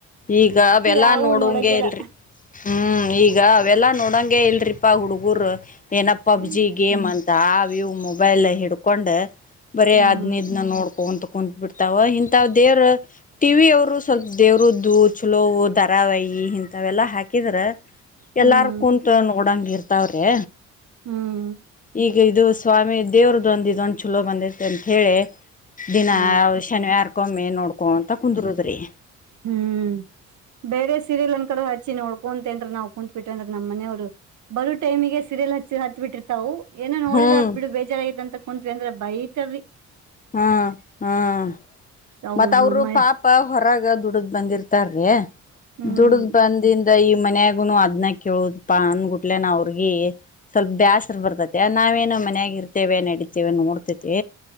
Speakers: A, on the left; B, on the right.
A: ಈಗ ದೆಲ್ಲ
B: ಯಾವು
A: ನೋಡಂಗೆ
B: ನೋಡಂಗಿಲ್ಲ
A: ಇಲ್ರಿ ಹ್ಮ್ ಈಗ ಇವೆಲ್ಲಾ ನೋಡಂಗೆ ಇಲ್ರಿಪಾ ಹುಡ್ಗ್ರು ಏನಪ್ಪಾ
B: ಹ್ಮ್
A: ಬ್ಯುಸಿ ಗೇಮ್ ಅನ್ ಆ ವ್ಯೂ ಮೊಬೈಲ್ ಹಿಡ್ಕೊಂಡ್ ಬರೇ
B: ಹ್ಮ್
A: ಅದ್ನ ಇದನ್ನ ನೋಡ್ಕೊಂತ ಕುಂತ್ ಬಿಡ್ತಾವ ಇಂಥ ದೇವ್ರ ಟಿ ವಿ ಅವರು ಸ್ವಲ್ಪ ದೇವ್ರದ್ದು ಚಲೋವು ಧಾರಾವಾಹಿ ಇಂಥವೆಲ್ಲಾ ಹಾಕಿದ್ರ
B: ಹ್ಮ್
A: ಎಲ್ಲಾರ್ ಕುಂತ ನೋಡಂಗ ಇರ್ ತ್ತಾವ್ರೆ.
B: ಹ್ಮ್
A: ಈಗ ಇದು ಸ್ವಾಮಿ ದೇವ್ರದೊಂದ ಇದೊಂದು ಚಲೋ ಬಂದೈತೆ ಅಂತ ಹೇಳಿ. ದಿನ
B: ಹಾ
A: ಶನಿವಾರಕೊಮ್ಮೆ ನೋಡ್ಕೊಂತ ಕುರುದ್ರಿ.
B: ಹ್ಮ್ ಬೇರೆ ಸೀರಿಯಲ್ ಅನ್ ಕಡ ಹಚ್ಚಿ ನೋಡ್ಕೊಂತ ಅಂದ್ರ ನಾವು ಕುಂತ್ ಬಿಟ್ಟವ್ ಅಂದ್ರ ನಮ್ಮ ಮನೆಯವ್ರು ಬರೋ ಟೈಮಿಗೆ ಸೀರಿಯಲ್ ಹಚ್ಚಿ ಹತ್ ಬಿಟ್ಟಿರ್ತಾವು ಏನೋ ನೋಡಿದ್ರ
A: ಹ್ಮ್
B: ಅತ್ ಬಿಡು ಬೇಜಾರ ಆಗೈತಿ ಅಂತ ಕುಂತ್ವಿ ಅಂದ್ರ ಬೈತವಿ
A: ಹ್ಮ್ ಹ್ಮ್
B: ಹೌದ್
A: ಮತ್ತ ಅವರು
B: ನಮ್ಮ
A: ಪಾಪ ಹೊರ ಗ ದುಡಿದ್ ಬಂದಿರ್ತಾರ್. ಅ
B: ಹ್ಮ್
A: ದುಡ್ದ್ ಬಂದಿನ್ ಈ ಮನ್ಯಾಗುನು ಅದ್ನ ಕೇಳುದಪಾ ಅಂದಗುಟ್ಲೆನ ಅವ್ರಗಿ ಸ್ವಲ್ಪ ಬ್ಯಾಸರು ಬರ್ತೈತೆ ನಾವೇನ ಮನ್ಯಾಗಿ ಇರ್ತೇವೆ ನಡೀತೇವೆ ನೋಡ್ತೈತಿ.